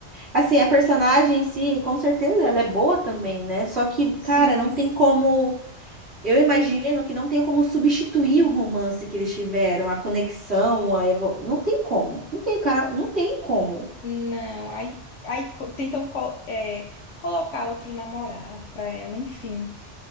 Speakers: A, on the right; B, on the left.
A: Assim, a personagem em si, com certeza, ela é boa também, né? Só que, cara,
B: Sim,
A: não tem como. Eu imagino que não tem como substituir o romance que eles tiveram, a conexão, a evo... Não tem como. Não tem, cara, não tem como.
B: não. Aí, aí co- tentam co- é, colocar outro namorado pra ela, enfim.